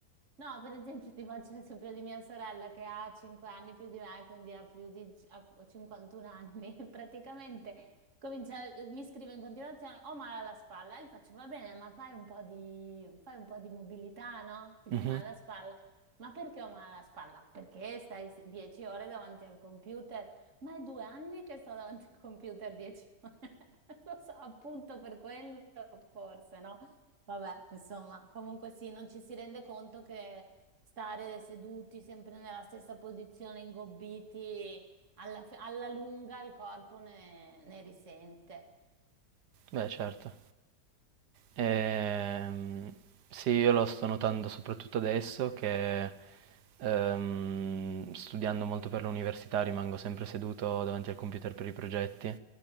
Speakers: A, on the right; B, on the right.
A: No, per esempio ti faccio l'esempio di mia sorella che ha 5 anni più di me, quindi ha più di ha 51 anni. <laughs> Praticamente comincia, mi scrive in continuazione, ho male alla spalla, e gli faccio va bene, ma fai un po' di, fai un po' di mobilità, no? Ti
B: Mhm,
A: fa male alla spalla. Ma perché ho male alla spalla? Perché stai 10 ore davanti al computer? Ma è due anni che sto davanti al computer 10 ore. <laughs> Lo so, appunto per quello, forse, no? Vabbè, insomma, comunque sì, non ci si rende conto che stare seduti sempre nella stessa posizione, ingobbiti, alla, fi- alla lunga il corpo ne, ne risente.
B: Beh, certo. Ehm, sì, io lo sto notando soprattutto adesso che ehm, studiando molto per l'università rimango sempre seduto davanti al computer per i progetti